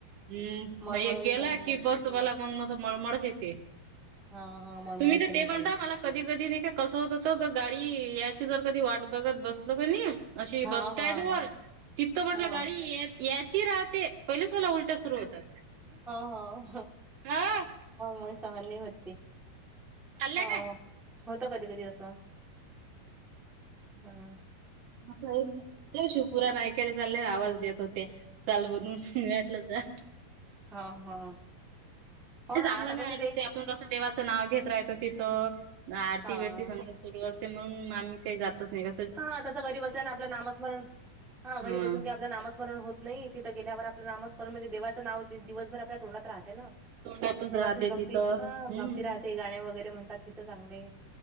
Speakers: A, on the right (about 75°); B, in the centre.
A: हम्म
B: मळमळ
A: म एक
B: होते
A: गेला
B: त्याने मग
A: कि बसवाला मग असं मळमळच येते.
B: हां, हां. मळमळ
A: तुम्ही
B: होते
A: तर
B: मग
A: ते बनता
B: त्याने.
A: मला कधी कधी नाही का कसं होत होतं तर गाडी याची जर कधी वाट बघत बसलो का नी अशी
B: हां,
A: बस स्टँड
B: हां.
A: वर तिथं म्हटलं
B: हां,
A: गाडी या याची राहते. पहिलेच मला उलट्या सुरू होतात.
B: हाव
A: हा
B: मग सहन नी होती.
A: चालल्या
B: हाव
A: काय
B: होतं कधी-कधी असं. हां.
A: असं <unintelligible> ते शिवपुरा नायिकेला चालले आवाज देत होत्या. चाल बदून मी म्हटलं जा.
B: हाव हां. हो
A: नाही
B: ना,
A: चांगलं
B: आता
A: नाही
B: कसं
A: वाटत ते आपण कसं देवाचं नाव घेत राहायचं तिथं आरती
B: हां.
A: विरती समज सुरू असते म्हणून आम ते जातच नाही गं.
B: हा तसं घरी बसल्याने आपलं नामस्मरण हा घरी
A: हं
B: बसून काय आपलं नामस्मरण होत नाही तिथं गेल्यावर आपलं नामस्परण म्हणजे देवाचं नाव दि दिवसभर आपल्या तोंडात राहते ना.
A: तोंडातच
B: देवाचीच
A: राहते
B: भक्ती
A: तिथं
B: हा
A: हम्म
B: भक्ती राह ते गाणे वगैरे म्हणतात तिथं चांगले